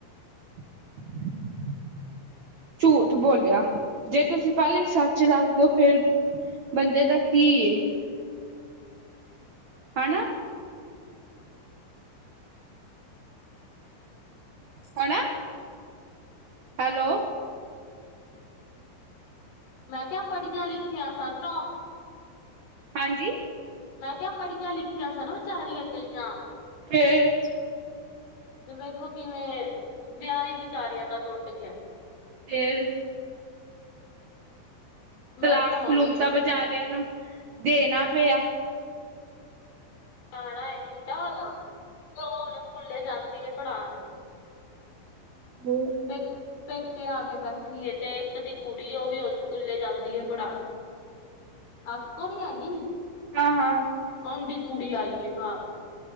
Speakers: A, on the right (about 75°); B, on the left (about 65°).
A: <inaudible> ਝੂਠ ਬੋਲਿਆ, ਜੇ ਤੁਸੀਂ ਪਹਿਲੇ ਹੀ ਸੱਚ ਦੱਸ ਦੋ, ਫੇਰ ਬੰਦੇ ਦਾ ਕੀ ਏ। ਹੈ ਨਾ। ਹਣਾ। ਹੈਲੋ
B: ਮੈਂ ਕਿਹਾ ਪੜ੍ਹੀਆਂ ਲਿਖੀਆਂ ਸਨ ਓ।
A: ਹਾਂਜੀ।
B: ਮੈਂ ਕਿਹਾ ਪੜ੍ਹੀਆਂ ਲਿਖੀਆਂ ਸਨ ਵਿਚਾਰੀਆਂ ਅਗਲੀਆਂ।
A: ਫੇਰ
B: ਤੇ ਵੇਖੋ ਕਿਵੇਂ, ਵਿਆਹ ਹੀ ਵਿਚਾਰੀਆਂ ਦਾ ਟੁੱਟ ਗਿਆ।
A: ਫੇਰ।
B: ਮੈਂ
A: ਤਲਾਕ
B: ਤੇ ਹੁਣ
A: ਤਲੂਕ ਤਾਂ ਬਚਾਰਿਆਂ ਨੂੰ ਦੇਣਾ ਪਿਆ।
B: ਜਾਣਾ ਐ ਮੁੰਡਾ ਹੋਇਆ ਤੇ ਉਹ ਹੁਣ ਸਕੂਲੇ ਜਾਂਦੀ ਪੜ੍ਹਾਉਣ
A: ਹੋਰ।
B: ਪੇ ਪੇਕੇ ਆ ਕੇ ਬੈਠੀ ਐ, ਤੇ ਇੱਕ ਦੀ ਕੁੜੀ ਉਹ ਵੀ ਹੁਣ ਸਕੂਲੇ ਜਾਂਦੀ ਹੈ ਪੜ੍ਹਾ ਆਪਕੋ ਨੀ ਆਏਗੀ?
A: ਹਾਂ।
B: ਓਨਦੀ ਕੁੜੀ ਆਈ ਹੈ ਘਰ